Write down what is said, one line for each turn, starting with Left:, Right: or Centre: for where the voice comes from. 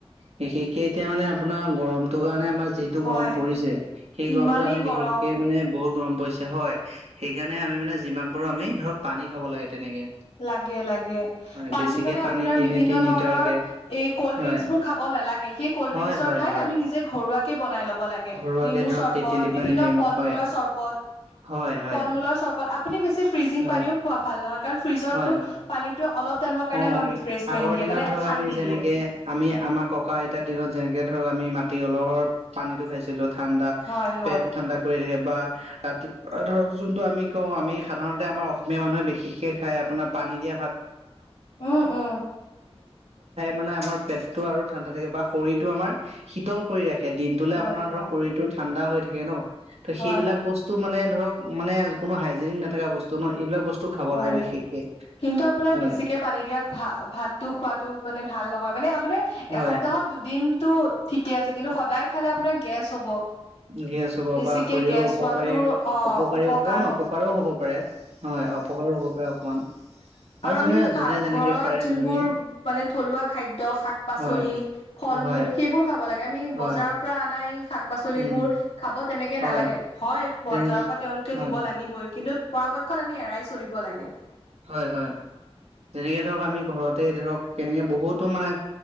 Right: বিশেষকে এতিয়া মানে আপোনাৰ গৰমটোৰ কাৰণে আমাক যিটো
Left: হয়
Right: গৰম পৰিছে, সেই গৰমটো
Left: ইমানেই
Right: আমি বিশেষকে
Left: গৰম
Right: মানে বহুত গৰম পৰিছে হয়। সেইকাৰণে আমি মানে যিমান পাৰোঁ আমি ধৰক পানী খাব লাগে। তেনেকে
Left: লাগে, লাগে।
Right: হয়
Left: পানী
Right: বেছিকে
Left: মানে আপোনাৰ
Right: দিনে
Left: বিভিন্ন
Right: তিনি লিটাৰকে
Left: ধৰণৰ এই ক'ল্ড
Right: হয়,
Left: ড্ৰিংকছ বোৰ খাব নালাগে। সেই ক'ল্ড
Right: হয়,
Left: ড্ৰিংকছৰ
Right: হয়,
Left: ঠাইত
Right: হয়
Left: আমি নিজে ঘৰুৱাকে বনাই ল'ব লাগে।
Right: ঘৰুৱাকে
Left: নেমু
Right: ধৰক
Left: চৰ্বত,
Right: তেতেলী
Left: বিভিন্ন
Right: পানী নেমু
Left: ফল-মূলৰ
Right: হয়,
Left: চৰ্বত।
Right: হয়, হয়,
Left: ফল-মূলৰ চৰ্বত আ আপুনি বেছি ফ্ৰিজিং
Right: হয়।
Left: পানীও খোৱা ভাল নহয়, কাৰণ ফ্ৰিজৰটো
Right: হয় হয়
Left: পানীটো অলপ টাইমৰ কাৰণে
Right: অ
Left: আমাক ৰিফ্ৰেছমেন্ট
Right: আগৰ
Left: দিয়ে
Right: দিনত
Left: মানে
Right: ধৰক
Left: শান্তি
Right: আমি যেনেকে
Left: দিয়ে
Right: আমি আমাৰ ককা, আইতাৰ দিনত যেনেকে ধৰক আমি মাট টি কলহৰ পানীটো খাইছিলোঁ ঠাণ্ডা,
Left: হয় হয়
Right: পেট ঠাণ্ডা কৰি থাকে। বা ৰাতিপুৱা ধৰক যোনটো আমি কওঁ আমি সাধাৰণতে আমাৰ অসমীয়া মানুহে বিশেষকে খায় আপোনাৰ পা ভ খাই
Left: উম উম
Right: মানে আমাৰ পেটতটো আৰু ঠাণ্ডা থাকে বা শৰীৰতটো আমাৰ শীতল কৰি ৰাখে সেই দিনটোলে
Left: হয়
Right: আপোনাৰ
Left: হয়
Right: ধৰ শৰীৰতটো ঠাণ্ডা হৈ থাকে ন ত
Left: হয়
Right: সেইবিলাক বস্তু মানে ধৰক মানে কো হাইজেনিক নাথকা বস্তু ন এইবিলাক বস্তু খাব
Left: হয়
Right: লাগে বিশেষকে
Left: কিন্তু আপোনাৰ
Right: হয়
Left: বেছিকে পানী দিয়া ভা ভাততো খোৱাো মানে ভাল নহয় মানে আপাৰ এসপ্তাহত
Right: হয়
Left: দুদিনটো ঠিকে আছে কিন্তু সদায় খালে আপোনাৰ গেছ হ'ব
Right: কি আছো বাৰু
Left: বেছিকে
Right: বা শৰীৰৰ
Left: গেছ
Right: উপকাৰী
Left: হোৱাটোৰ অ
Right: উপকাৰী
Left: উপকাৰ
Right: অকন অপকাৰো হ'ব পাৰে হয় উপকাৰো হ'ব পাৰে অকমান
Left: আৰু আমিা
Right: যোনে যোনে যেনেকে
Left: ঘৰত
Right: পাৰে
Left: যোনবোৰ
Right: তেনেকে
Left: মানে থলুৱা খাদ্য শাক পাচলি
Right: হয়
Left: ফল
Right: হয়
Left: মূল ফল সেইবোৰ খাব লাগে আমি বজাৰৰ
Right: হয়
Left: পৰা আনাই শাক পাচলিবোৰ
Right: উম
Left: খাব তেনেকে
Right: হয়
Left: নালাগে হয় বজাৰৰ
Right: যেনে
Left: পৰা তেওঁলোকে
Right: হয়
Left: দিব লাগিবই কিন্তু পৰাপক্ষত আমি এৰাই চলিব লাগে
Right: হয় হয় যেনেকে ধৰক আমি ঘৰতে ধৰক কেনেকে বহুতো মানেে